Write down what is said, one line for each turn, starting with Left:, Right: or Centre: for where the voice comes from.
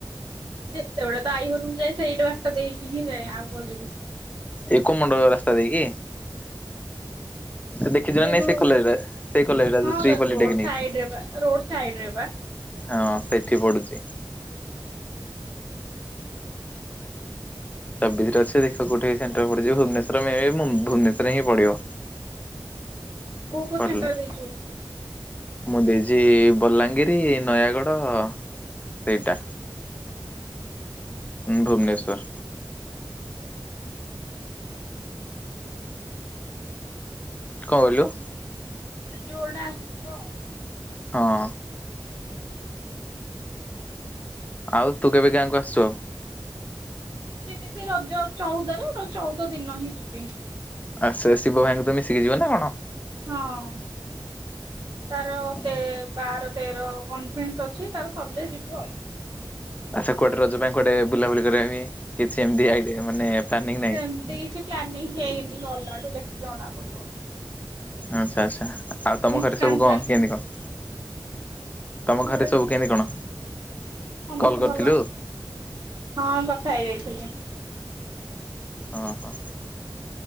Right: ଯେତେବେଳେ ତ ଆଈ ଘରକୁ ଯାଏ, ସେଇଟା ବାଟଦେଇକି ହିଁ ଯାଏ। ଆଉ କୁଆଡେ ଯିବି।
Left: ଏ କମୁଣ୍ଡ ରାସ୍ତା ଦେଇକି? ଦେ କିଛି
Right: ଯେହେତୁ
Left: <unintelligible> ନାଇଁ ସେ କଲେଜରେ ସେଇ କଲେଜ ଟା
Right: ହଁ
Left: ଯୋଉ ଶ୍ରୀ ପଲ୍ଲୀ
Right: ରୋଡ
Left: ଟେକ୍ନିକ।
Right: ସାଇଡରେ ବା ରୋଡ ସାଇଡରେ ବା
Left: ହଁ ସେଠି ପଢ଼ୁଚି। ଚବିଶରେ ଅଛି ଦେଖ କୋଉଠି ସେଣ୍ଟର ପଡିଯିବ? ଭୁବନେଶ୍ୱର ମେ ବି ଭୁବନେଶ୍ୱରରେ ହିଁ ପଡିବ।
Right: କୋଉ କୋଉ
Left: ପଢିଲେ।
Right: ସେଣ୍ଟର ଦେଇଚୁ?
Left: ମୁଁ ଦେଇଛି ବଲାଙ୍ଗିର, ନୟାଗଡ ସେଇଟା ହୁଁ ଭୁବନେଶ୍ୱର। କଣ କହିଲୁ?
Right: ମୁଁ କହିଲି ଯୋଉଟା ଆସିବ ଆଉ।
Left: ହଁ। ଆଉ ତୁ କେବେ ଗାଁକୁ ଆସୁଚୁ?
Right: ଯିବି ସେ ରଜ ଚଉଦରେ, ଚଉଦ ଦିନ ହିଁ ଯିବି।
Left: ଆ ସେ ଶିବ ଭାଇଙ୍କୁ ତ ମିଶିକି ଯିବ ନା କଣ?
Right: ହଁ ତାର
Left: ହଁ
Right: ତେ ବାର ତେର କନଫରେନ୍ସ ଅଛି ତାର ସରିଲେ ଯିବୁ ଆଉ।
Left: ଆଚ୍ଛା କୁଆଡେ ରଜ ପାଇଁ, କୁଆଡେ ବୁଲାବୁଲି କରିବା ପାଇଁ କିଛି ଏମିତି ଆଇଡିଆ ମାନେ ପ୍ଲାନିଂ ନାହିଁ?
Right: ସେମତି କିଛି ପ୍ଲାନିଂ ହେଇନି, ଗଲାଠୁ ଦେ <unintelligible> ଜଣା ପଡିବ।
Left: ଆଚ୍ଛା ଆଚ୍ଛା ଆଉ ତମ
Right: ଇନଷ୍ଟାଣ୍ଟ
Left: ଘରେ ସବୁ
Right: ପ୍ଲାନିଂ
Left: କଣ କେନ୍ତି କଣ?
Right: ହଁ
Left: ତମ
Right: ଘରେ
Left: ସବୁ
Right: ସମସ୍ତେ
Left: କେମିତି କଣ?
Right: ହୁଁ ସମସ୍ତେ
Left: କଲ୍ କରିଥିଲୁ
Right: ଭଲ। ହଁ କଥା ହେଇଯାଇଥିଲି।
Left: ଅଁ ହ।